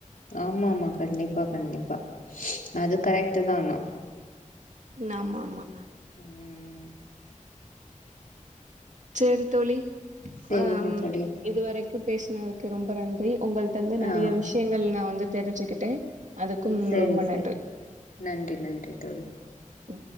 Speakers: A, on the left; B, on the right.
A: ஆமாமா கண்டிப்பா கண்டிப்பா அது கரெக்ட தான் ஆகணும்
B: ஆமா ஆமா
A: ம்.
B: சரி தோழி
A: சரிங்க
B: ஆஹ்
A: தோழி.
B: இதுவரைக்கும் பேசுனதுக்கு ரொம்ப நன்றி உங்களிட்ட இருந்து நிறைய
A: ஆ.
B: விஷயங்கள் நான் வந்து தெரிஞ்சுக்கிட்டே அதுக்கும்
A: சரி
B: ரொம்ப
A: சரி
B: நன்றி
A: நன்றி நன்றி தோழி
B: ம்